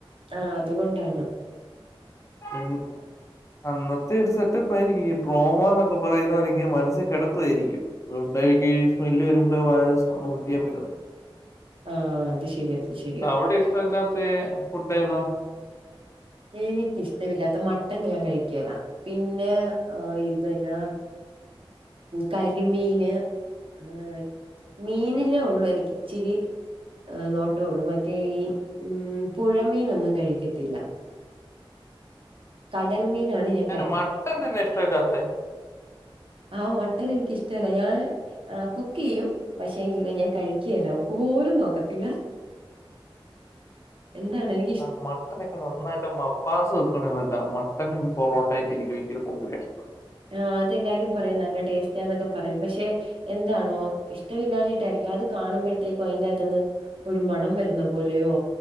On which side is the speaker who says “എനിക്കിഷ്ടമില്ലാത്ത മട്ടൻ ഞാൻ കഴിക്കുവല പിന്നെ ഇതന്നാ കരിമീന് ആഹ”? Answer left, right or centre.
Right